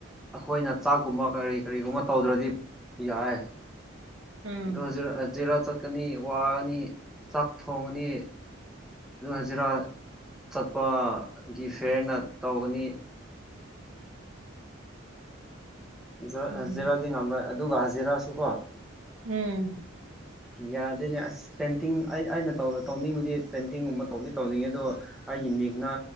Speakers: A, in the centre; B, on the right (about 75°).
A: ꯑꯈꯣꯏꯅ ꯆꯥꯛꯀꯨꯝꯕ ꯀꯔꯤ ꯀꯔꯤꯒꯨꯝꯕ ꯇꯧꯗ꯭ꯔꯗꯤ ꯌꯥꯏꯌꯦ
B: ꯎꯝ
A: ꯑꯗꯣ ꯍꯖꯤꯔꯥ ꯍꯖꯤꯔꯥ ꯆꯠꯀꯅꯤ ꯋꯥꯒꯅꯤ ꯆꯥꯛ ꯊꯣꯡꯉꯅꯤ ꯑꯗꯨ ꯍꯖꯤꯔꯥ ꯆꯠꯄꯒꯤ ꯐꯤꯌꯔꯅ ꯇꯧꯒꯅꯤ ꯍꯖꯥ ꯍꯖꯤꯔꯥꯗꯤ
B: ꯎꯝ
A: ꯉꯝꯔꯣꯏ ꯑꯗꯨꯒ ꯍꯖꯤꯔꯥꯁꯨ ꯀꯣ
B: ꯎꯝ
A: ꯌꯥꯗꯦꯅꯦ ꯑꯁ ꯄꯦꯟꯇꯤꯡ ꯑꯩ ꯑꯩꯅ ꯇꯧꯕ ꯇꯧꯅꯤꯡꯕꯗꯤ ꯄꯦꯟꯇꯤꯡꯒꯨꯝꯕ ꯇꯧꯕꯗꯤ ꯇꯧꯅꯤꯡꯉꯦ ꯑꯗꯣ ꯑꯩꯒꯤ ꯃꯤꯛꯅ